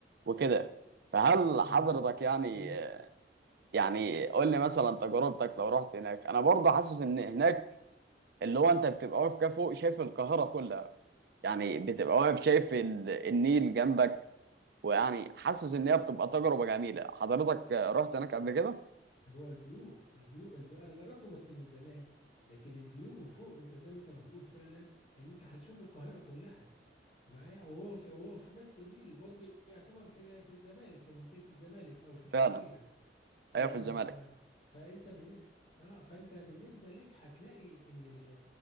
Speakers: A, on the right; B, on the left.
A: وكده فهل
B: آه
A: حضرتك يعني
B: تمام
A: يعني قول لي مثلا تجربتك لو رحت هناك انا برضه حاسس ان هناك اللي هو انت بتبقى واقف كده فوق شايف القاهرة كلها يعني بتبقى واقف شايف ال- النيل جنبك ويعني حاسس ان هي بتبقى تجربه جميله حضرتك رحت هناك قبل كده
B: هو الفيو الفيو الفيو أنا جربته بس من زمان لكن الفيو من فوق أنت زي ما أنت بتقول فعلا إن أنت هتشوف القاهرة كلها معايا وهو في وهو في نص النيل البرج يعتبر في في الزمالك في منطقة الزمالك أو في الجزيرة
A: فعلا
B: ف
A: ايوه في الزمالك
B: فانت بالن... اه فانت بالنسبه لك هتلاقي ان ال...